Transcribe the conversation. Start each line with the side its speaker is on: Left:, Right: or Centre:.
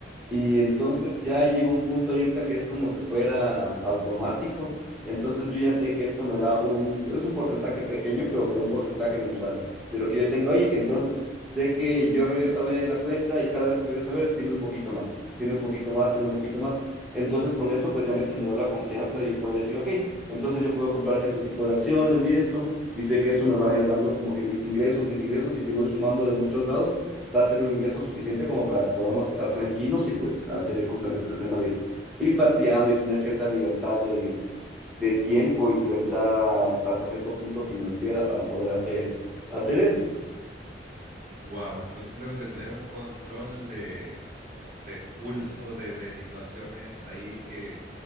Centre: Y entonces ya llegó un punto ahorita que es como que fuera automático. Entonces yo ya sé que esto me da un, es un porcentaje pequeño, pero me da un porcentaje mensual de lo que yo tengo ahí. Entonces sé que yo regreso a ver la cuenta y cada vez que regreso a ver, tiene un poquito más, tiene un poquito más, tiene un poquito más. Entonces con esto pues ya me generó la confianza de yo poder decir, ok, entonces yo puedo comprar cierto tipo de acciones y esto y sé que eso me va a ir dando como que mis ingresos, mis ingresos, y si voy sumando de muchos lados, va a ser un ingreso suficiente como para que podamos estar tranquilos y pues hacer justamente este tema de ir paseando y tener cierta libertad de, de tiempo y libertad hasta cierto punto financiera para poder hacer, hacer esto.
Right: Wow, entonces debes de tener un control de, de pulso, de, de situaciones ahí que,